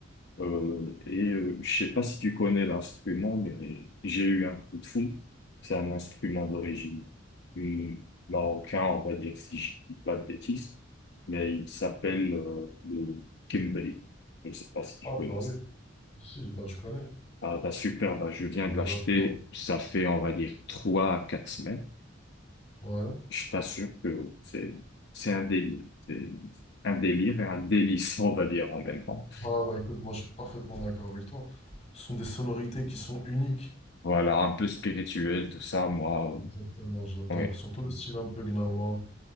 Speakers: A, on the left; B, on the left.
A: Euh, et euh, je sais pas si tu connais l'instrument, mais j'ai eu un coup de foudre. C'est un instrument d'origine du marocain, on va dire, si je dis pas de bêtises, mais il s'appelle euh, le kimbali. Je sais pas si tu
B: Ah
A: connais
B: bah oui,
A: ça.
B: si, bah je connais.
A: Ah, bah, super, bah, je viens de
B: J'adore.
A: l'acheter, ça fait, on va dire, trois à quatre semaines.
B: Ouais.
A: Je t'assure que c'est, c'est un délire. C'est un délire et un délice, on va dire, en même temps.
B: Ah bah écoute, moi je suis parfaitement d'accord avec toi. Ce sont des sonorités qui sont uniques.
A: Voilà, un peu spirituel, tout ça, moi. euh,
B: Exactement, j'adore.
A: Ouais.
B: Surtout le style un peu gnawa,